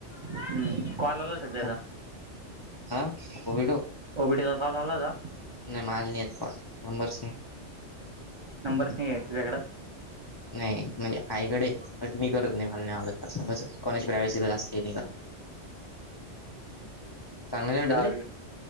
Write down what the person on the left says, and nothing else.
नाश्ता
हा कोविडो
नाही मालनीयत कॉल नंबर
नाही म्हणजे आईकडे क मी करत नाही घाल नाही आवडत अससं कस कॉलेज प्रायव्सी जास्त नाही चांगलं नाही वाटत
रे